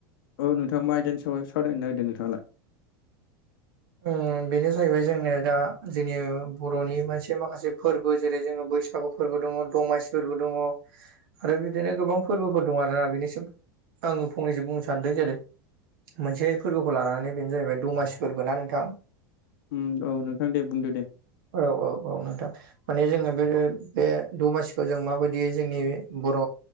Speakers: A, on the left; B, on the right.
A: औ नोंथां आइदानिसायाव सावारायनो नागेरदों नोंथांङालाय?
B: ओ बेनो जाहैबाय जोंनो दा जोंनि बर'नि मोनसे माखासे फोरबो जेरै जोंङो बैसा सागु फोरबो दंङ दमासिफोरबो दंङ। आरो बिदिनो गोबां फोरबोफोर दं आरोना बेनिसिम आंङो फंनैसो बुंनो सानदों जेरै मोनसे फोरबोखौ लानानै बेनो जाहैबाय दमासि फोरबो ना नोंथां
A: उम दं नोंथां दे बुंदो दे
B: औ औ औ नोंथां माने जोंङो बे बे दमासिखौ जों माबायदि दि जोंनि बर'